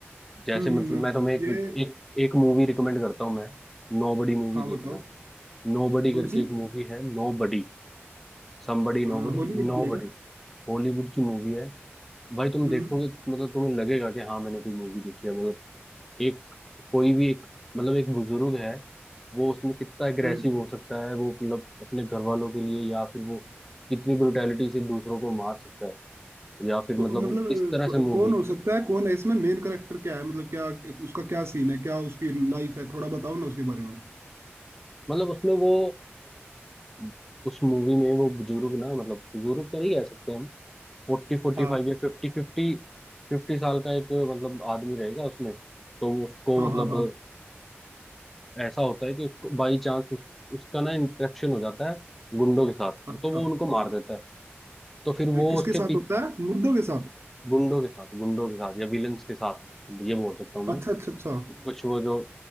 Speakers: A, in the centre; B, on the right.
A: जैसे
B: हम्म
A: मतलब
B: हम्म हम्म।
A: मैं तुम्हें एक
B: ये
A: एक एक मूवी रिकमेंड करता हूँ मैं नोबडी मूवी
B: हाँ
A: देखना
B: बताओ
A: नोबडी
B: कौन
A: करके
B: सी
A: एक मूवी है नोबडी Somebody नोबडी
B: अ, हॉलीवुड
A: नोबडी
B: की है क्या
A: Hollywood की मूवी है भाई तुम
B: हम्म
A: देखोगे मतलब तुम्हें लगेगा कि हाँ मैंने कोई मूवी देखी है मतलब एक कोई भी एक मतलब एक बुजुर्ग है वो उसमें कितना अग्रेसिव
B: हम्म
A: हो सकता है वो मतलब अपने घर वालों के लिए या फिर वो कितनी ब्रुटैलिटी से दूसरों को मार सकता है या फिर
B: को,
A: मतलब
B: मतलब
A: वो इस तरह
B: को,
A: से मूवी
B: कौन हो सकता है कौन है इसमें मेन करेक्टर क्या है मतलब क्या उसका क्या सीन है क्या उसकी लाइफ है थोड़ा बताओ ना उसके बारे में
A: मतलब उसमें वो अ, उस मूवी में वो बुजुर्ग ना मतलब बुजुर्ग तो नहीं कह सकते हम फोर्टी फोर्टी
B: हाँ
A: फाइव या फिफ्टी फिफ्टी फिफ्टी साल का एक मतलब आदमी रहेगा उसमें तो उसको
B: हाँ
A: मतलब
B: हाँ हाँ
A: ऐसा होता है कि उसको बाई चांस उसका ना इंटरेक्शन हो जाता है गुंडों के साथ
B: अच्छा
A: तो वो उनको मार देता है तो फिर
B: अ,
A: वो
B: किसके
A: उसके
B: साथ
A: पी
B: होता है मुर्दों के साथ
A: गुंडों के साथ गुंडों के साथ या विलन्स के साथ ये बोल सकता हूँ मैं
B: अच्छा अच्छा अच्छा
A: कुछ वो जो